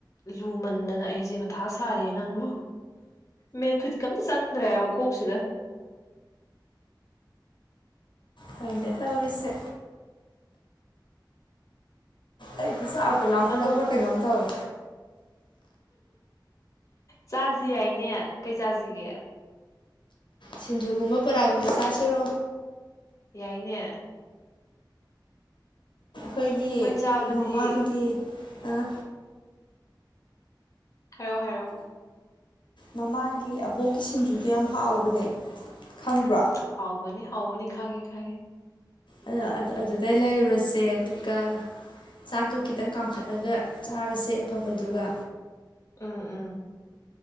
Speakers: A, on the left (about 40°); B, on the left (about 80°).
A: ꯂꯨꯃꯟꯗꯅ ꯑꯩꯖꯦ ꯃꯊꯥ ꯁꯥꯔꯤꯔ‌ꯦ ꯅꯪꯕꯨ ꯃ‌ꯦꯟꯐꯤꯠ ꯀꯥ ꯑꯝꯇ ꯆꯪꯗ꯭ꯔꯦꯕ ꯀꯣꯛꯁꯤꯗ
B: ꯈꯪꯗ‌ꯦ ꯇꯧꯔꯤꯁꯦ ꯑꯩꯗꯤ ꯆꯥꯛꯄꯨ ꯂꯥꯝꯈꯠꯂꯛꯄꯔꯥ
A: ꯑꯗꯣ
B: ꯀꯩꯅꯣꯝ ꯇꯧꯔꯦ
A: ꯆꯥꯖꯤ ꯌꯥꯏꯅꯦ ꯀꯩ ꯆꯥꯖꯤꯒꯦ
B: ꯁꯤꯡꯖꯨꯒꯨꯝꯕ ꯕꯣꯔꯥꯒꯨꯝꯕ ꯆꯥꯁꯤꯔꯣ
A: ꯌꯥꯏꯅꯦ
B: ꯑꯩꯈꯣꯏꯒꯤ
A: ꯍꯣꯏ ꯆꯥꯕꯗꯤ
B: ꯃꯃꯥꯡꯒꯤ ꯑꯥ
A: ꯍꯥꯏꯌꯣ ꯍꯥꯏꯌꯣ
B: ꯃꯃꯥꯡꯒꯤ ꯑꯕꯣꯛꯀꯤ ꯁꯤꯡꯖꯨꯗꯣ ꯌꯥꯝ ꯍꯥꯎꯕꯅꯦ ꯈꯪꯕ꯭ꯔꯣ
A: ꯎꯝ ꯍꯥꯎꯕꯅꯤ ꯍꯥꯎꯕꯅꯤ ꯈꯪꯉꯦ ꯈꯪꯉꯦ
B: ꯑꯗꯥ ꯑꯗꯨꯗꯩ ꯂꯩꯔꯨꯔꯁꯦ ꯑꯗꯨꯒ ꯆꯥꯛꯇꯣ ꯈꯤꯇꯪ ꯀꯥꯝꯈꯠꯂꯒ ꯆꯥꯔꯁꯦ ꯑꯐꯕꯗꯨꯒ
A: ꯎꯝ ꯎꯝ